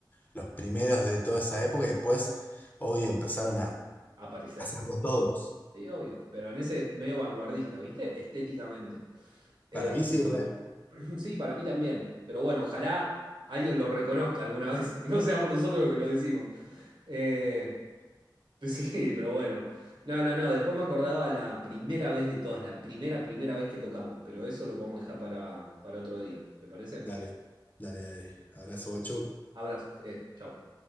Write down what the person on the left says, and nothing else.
los primeros de toda esa época y después, hoy empezaron a
hacerlo todos.
Para mí sí, re.
Dale, dale, dale. Abrazo, guacho.